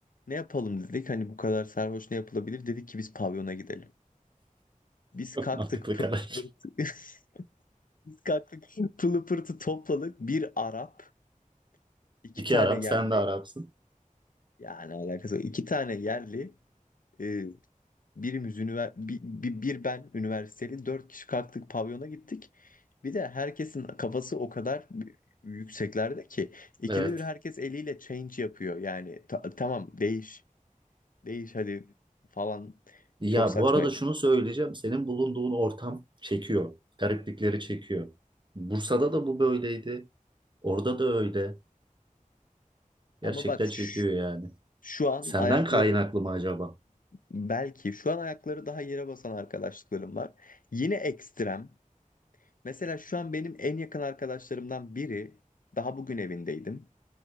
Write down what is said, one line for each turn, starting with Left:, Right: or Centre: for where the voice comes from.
Left: Ne yapalım dedik hani bu kadar sarhoş ne yapılabilir? Dedik ki biz pavyona gidelim. Biz
Right: Çok
Left: kalktık
Right: mantıklı
Left: pılı
Right: karar.
Left: pırtı. <laughs> Biz kalktık pılı pırtı topladık. Bir Arap, iki
Right: İki
Left: tane
Right: Arap,
Left: yerli.
Right: sen de Arapsın.
Left: Yani alakası yok. İki tane yerli. e, birimiz üniver bir, bir, bir ben üniversiteli. Dört kişi kalktık pavyona gittik. Bir de herkesin kafası o kadar yükseklerde ki ikide
Right: Evet.
Left: bir herkes eliyle change yapıyor. Yani ta- tamam değiş. değiş hadi falan
Right: Ya
Left: çok saçmaydı.
Right: bu arada şunu söyleyeceğim. Senin bulunduğun ortam çekiyor. Gariplikleri çekiyor. Bursa'da da bu böyleydi. Orada da öyle.
Left: Ama
Right: Gerçekten
Left: bak
Right: çekiyor
Left: ş-
Right: yani.
Left: şu an
Right: Senden
Left: ayakları
Right: kaynaklı
Left: <clears throat>
Right: mı acaba?
Left: belki şu an ayakları daha yere basan arkadaşlıklarım var. Yine ekstrem. Mesela şu an benim en yakın arkadaşlarımdan biri daha bugün evindeydim.